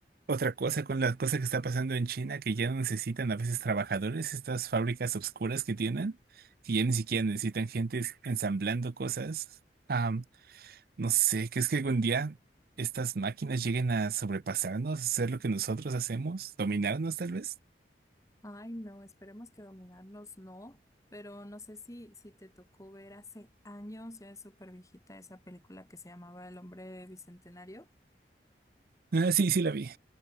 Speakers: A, on the right; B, on the left.
A: Otra cosa con las cosas que está pasando en China, que ya no necesitan a veces trabajadores, estas fábricas obscuras que tienen, que ya ni siquiera necesitan gente es- ensamblando cosas. Am, no sé, ¿crees que algún día estas máquinas lleguen a sobrepasarnos, hacer lo que nosotros hacemos, dominarnos tal vez?
B: Ay, no, esperemos que dominarnos no, pero no sé si, si te tocó ver hace años, ya es súper viejita esa película que se llamaba El hombre bicentenario.
A: Ah, sí, sí la vi.